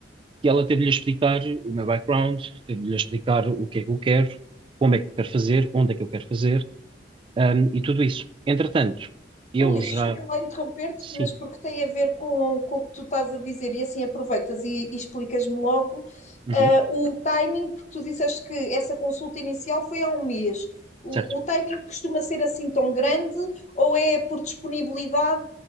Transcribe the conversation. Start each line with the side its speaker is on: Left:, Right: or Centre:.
Right: E ela teve-lhe a explicar o meu background, teve-lhe a explicar o que é que eu quero, como é que eu quero fazer, onde é que eu quero fazer, hum, e tudo isso. Entretanto, eu
Left: Oh, Luís,
Right: já.
Left: desculpa lá interromper-te,
Right: Sim,
Left: mas porque tem a ver com, com o que tu estás a dizer, e assim aproveitas e, e explicas-me logo
Right: uhum,
Left: ah, o timing, porque tu disseste que essa consulta inicial foi há um mês. O,
Right: certo,
Left: o timing costuma ser assim tão grande ou é por disponibilidade